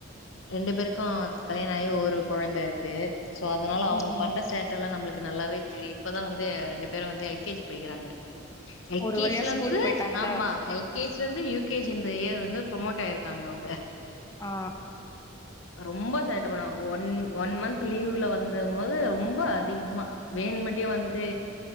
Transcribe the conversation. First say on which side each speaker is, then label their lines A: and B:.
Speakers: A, on the left (about 75°); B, on the left (about 15°).
A: ரெண்டு பேருக்கும் கல்யாணம் ஆகி ஒரு குழந்தை இருக்கு சோ அதனால அவங்க
B: ம்
A: பண்ற சேட்டை எல்லாம் நம்மளுக்கு க்கு நல்லாவே தெரியும் இப்பதான் வந்து ரெண்டு பேரும் வந்து எல்கேஜி படிக்கிறாங்க எல்கேஜில
B: ஒரு வழியா
A: இருந்து
B: ஸ்கூல் போயிட்டாங்களா
A: ஆமா எல்கேஜில இருந்து யூகேஜி இந்த இயர் வந்து ப்ரொமோட் ஆயிருக் தாங்க அவங்க
B: ஆ
A: ரொம்ப சேட்ட பண்ணுவாங்க ஒன் ஒன் மந்த் லீவ்ல வந்த போது ரொம்ப அதிகமா வே மட்டும் வந்து